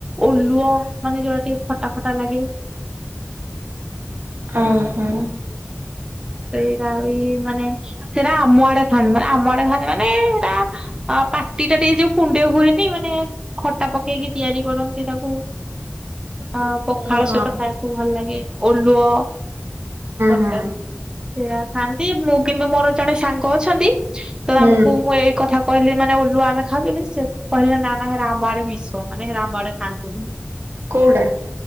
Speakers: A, on the right; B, on the right.
A: ଓଲୁଅ ମାନେ ଯୋଉଟା ଟିକେ ଖଟା ଖଟା ଲାଗେ।
B: ହଁ ହଁ।
A: ସେଇଟା ବି ମାନେ ସେଇଟା ଆମ ଆଡେ ଥାଆନ୍ତି ମାନେ ଆମ ଆଡେ ଥାଆନ୍ତି ମାନେ ସେଇଟା ଆ ପାଟି ଟା ଟିକେ ଯୋଉ କୁଣ୍ଡେ ହୁଏନି ମାନେ ଖଟା ପକେଇକି ତିଆରି କରନ୍ତି ତାକୁ। ଆ
B: ହଁ
A: ପଖାଳ ସହିତ ଖାଇବାକୁ ଭଲ ଲାଗେ ଓଲୁଅ ଦରକାର
B: ହଁ
A: ସେରା ଖାଆନ୍ତି ମୁଁ କିନ୍ତୁ ମୋର ଜଣେ ସାଙ୍ଗ ଅଛନ୍ତି ତ ତାଙ୍କୁ
B: ହୁଁ
A: ମୁଁ ଏଇ କଥା କହିଲି ମାନେ ଓଲୁ ଆମେ ଖାଉଛନ୍ତି ସେ କହିଲେ ନା ନା ରାମ ଆଡ ବିଷ ମାନେ ରାମ ଆଡେ ଖାନ୍ତି ନି।
B: କଉଡା?